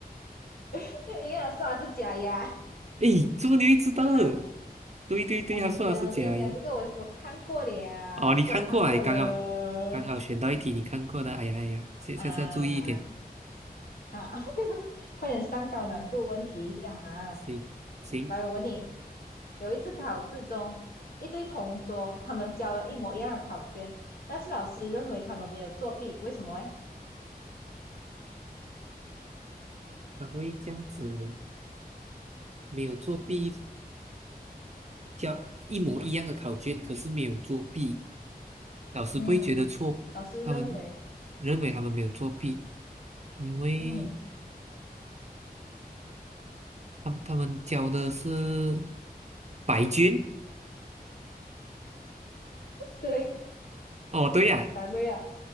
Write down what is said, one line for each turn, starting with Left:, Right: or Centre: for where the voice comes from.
Left: <laughs> 就应该说它是假牙，
Right: 诶，怎么你会知道的？
Left: 是吗？
Right: 对对对，
Left: 哎呀，
Right: 他说的是假牙。
Left: 我跟你讲，这个我我看过了，
Right: 哦，你看过啊？
Left: 这个我看过了
Right: 刚好刚好选到一题你看过的。哎呀哎呀，下下次要注意一点。
Left: 啊哈，<laughs> 快点上高难度问题一下哈。
Right: 行行，
Left: 来，我问你，有一次考试中，一对同桌他们交了一模一样的考卷，但是老师认为他们没有作弊，为什么诶
Right: 他会这样子，没有作弊，交一模一样的考卷，可是没有作弊，老师不会觉得错，
Left: 嗯，老师认为，
Right: 他们认为他们没有作弊，因为
Left: 嗯，
Right: 他们他们交的是白卷。
Left: 对，
Right: 哦，对呀、
Left: 答对了，